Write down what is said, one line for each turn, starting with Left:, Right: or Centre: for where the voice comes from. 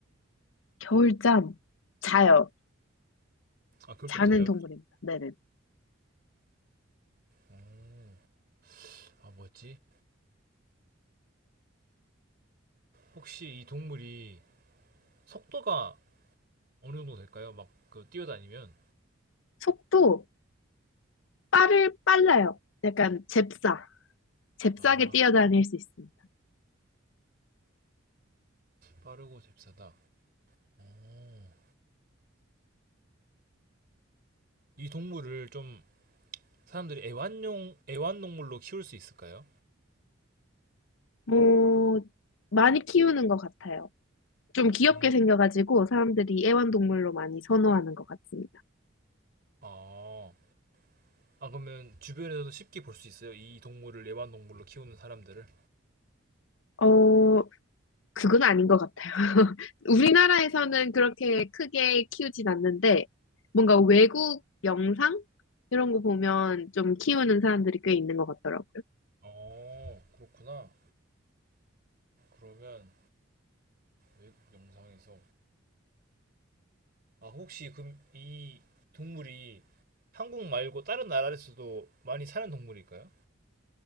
Left: 겨울잠 자요.
Right: 아, 겨울잠
Left: 자는
Right: 자요?
Left: 동물입니다. 네네.
Right: 어. 아, 뭐였지? 혹시 이 동물이 속도가 어느 정도 될까요? 막, 그, 뛰어다니면?
Left: 속도 빠를 빨라요. 약간 잽싸. 잽싸게
Right: 아,
Left: 뛰어다닐 수 있습니다.
Right: 빠르고 잽싸다. 오. 이 동물을 좀 사람들이 애완용, 애완동물로 키울 수 있을까요?
Left: 뭐 많이 키우는 것 같아요. 좀 귀엽게
Right: 음.
Left: 생겨가지고 사람들이 애완동물로 많이 선호하는 것 같습니다.
Right: 아, 아, 그러면 주변에서도 쉽게 볼 수 있어요? 이 동물을 애완동물로 키우는 사람들을?
Left: 어, 그건 아닌 것 같아요. <laughs> 우리나라에서는 그렇게 크게 키우진 않는데 뭔가 외국 영상 이런 거 보면 좀 키우는 사람들이 꽤 있는 것 같더라고요.
Right: 어, 그렇구나. 그러면 외국 영상에서. 아, 혹시 그럼 이 동물이 한국 말고 다른 나라에서도 많이 사는 동물일까요?